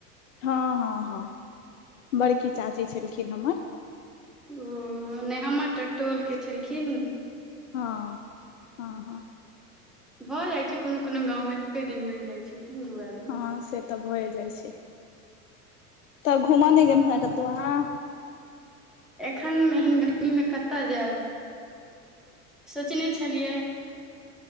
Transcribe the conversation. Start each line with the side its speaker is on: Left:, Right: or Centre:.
Left: हां-हां-हां बड़की चाची छलखिन्ह हमर।
Centre: ओ नै हमर तऽ टोल के छलखिन्ह।
Left: हां-हां-हां।
Centre: भऽ जाइ छै कुनु-कुनु गाँव में एके दिन मैर जाय छथिन दू आदमी।
Left: हां से तऽ भऽ ए जाइ छै तऽ घूमय नै
Centre: हँ
Left: गेलु हें कतौ अहाँ?
Centre: एखन एहन गर्मी में कता जाएब? सोचने छलियै।